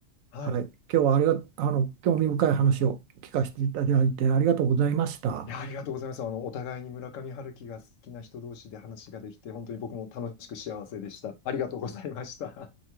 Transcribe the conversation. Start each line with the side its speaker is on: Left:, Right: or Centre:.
Left: はい。
Right: はい、今日はありが、あの、興味深い話を聞かせていただいてありがとうございました。
Left: いや、ありがとうございます。あの、お互いに村上春樹が好きな人同士で話ができて、本当に僕も楽しく幸せでした。ありがとうございました。